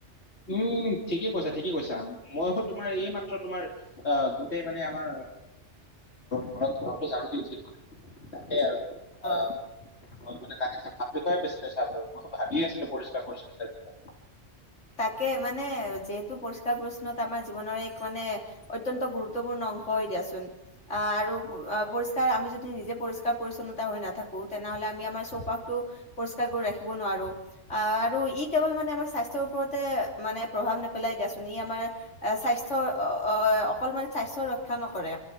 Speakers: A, on the left (about 65°); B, on the left (about 80°).
A: উম ঠিকে কৈছা ঠিকে কৈছা। মই অক তোমাৰ এই মাত্ৰ তোমাৰ অ গোটেই মানে আমাৰ। ঘৰটো ঝাৰো দি উঠিলো সে আৰু আ,
B: অ
A: ঘৰত মানে ভাল বিষয়ে বাছি লৈচা বাৰু মইতো ভাবিয়ে আছিলো পৰিষ্কাৰ পৰিছন্নতাৰ বিষয়ে
B: তাকে মানে যিহেতু পৰিষ্কাৰ পৰিস্কাৰ পৰিছন্নতা আমাৰ জীৱনৰ এক মানে অত্যন্ত গুৰুত্বপূৰ্ণ অংশ হৈ দিয়াচোন আহ আৰু অ পৰিষ্কাৰ আমি যদি নিজে পৰিষ্কাৰ পৰিচ্ছন্নতা হৈ নাথাকো। তেনেহ'লে আমি আমাৰ চৌপাশটো পৰিষ্কাৰ কৰি ৰাখিব নোৱাৰোঁ আহ আৰু ই কেৱল মানে আমাৰ স্বাস্থ্যৰ ওপৰতে মানে প্ৰভাৱ নেপেলায় দিয়াচোন ই আমাৰ স্বাস্থ্যৰ অ অ অকল মানে স্বাস্থ্যৰ ৰক্ষা নকৰে